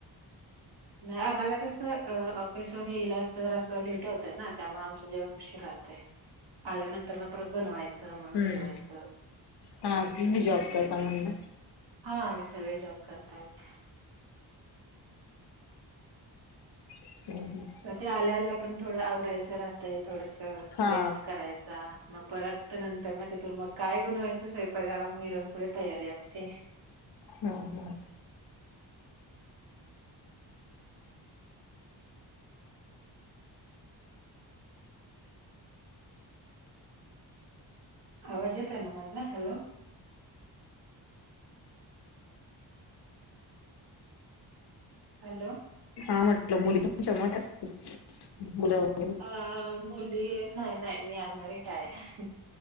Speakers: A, on the right (about 55°); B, on the left (about 55°).
A: नाय आम्हाला कसं अ ऑफिस वरून यायला असं लेट होतय ना त्यामुळे आमचं जेवण उशीर राहंतय. आल्यानंतर ना परत बनवायचं मग
B: हम्म
A: जेवायचं.
B: हा तुम्ही जॉब करता म्हणलं
A: हा आम्ही सगळे जॉब करतायत.
B: हम्म हम्म
A: ते आल्याला पण थोडं आवरायचं राहतंय थोडंस
B: हा
A: रेस्ट करायचा मग परत नंतर मग तिथून मग काय बनवायच स्वयंपाकाला मग इथून पुढे तयारी असते.
B: हा हा
A: आवाज येत आहे ना माझा? हॅलो. हॅलो
B: हा म्हटलं मुली तुमच्या मोठया असतील मुलं. वगैरे
A: अ मुली नाही नाही मी अनमारिएड आहे.